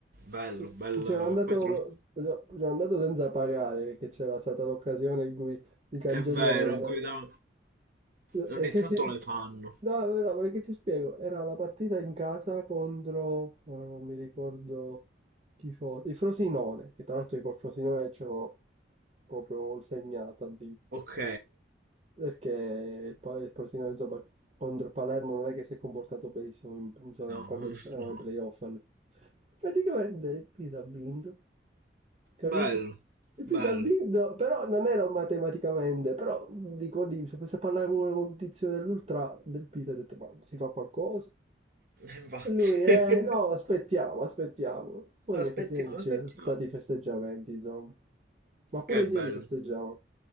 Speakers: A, on the right; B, on the right.
A: bello,
B: Sì,
A: bello.
B: C'era andato,
A: Poi tra l'altro
B: c'era andato senza pagare, che c'era stata l'occasione in cui i cancelli
A: è vero,
B: erano la
A: in
B: partita.
A: cui da-
B: Perché
A: ogni tanto
B: si...
A: le fanno.
B: No, no, no, perché ti spiego, era la partita in casa contro, ora non mi ricordo chi fosse, il Frosinone, che tra l'altro io col Frosinone c'ero proprio segnato a dito,
A: Ok.
B: perché il, pa- il Frosinone insomma contro il Palermo non è che si è comportato benissimo in- insomma,
A: No,
B: quando
A: <laughs>
B: erano
A: no.
B: i playoff. Praticamente Pisa ha vinto Capito?
A: Bello,
B: E poi
A: bello.
B: ha vinto, però non ero matematicamente, però dico lì, se posso parlare pure con un tizio dell'ultra del Pisa, ho detto, ma si fa qualcosa?
A: <laughs> Infatti.
B: E lui, eh
A: <laughs>
B: no, aspettiamo, aspettiamo. Poi
A: Aspettiamo,
B: effettivamente c'erano
A: aspettiamo.
B: stati i festeggiamenti, insomma, ma pure
A: Che
B: ieri
A: bello.
B: festeggiavano.